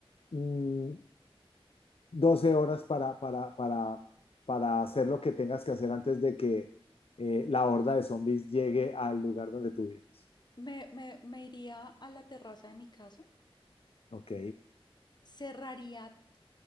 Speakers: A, on the left; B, on the left.
A: mm, 12 horas para, para, para, para hacer lo que tengas que hacer antes de que eh, la horda de zombies llegue al lugar donde tú vives?
B: me, me, me iría a la terraza de mi casa
A: Ok,
B: cerraría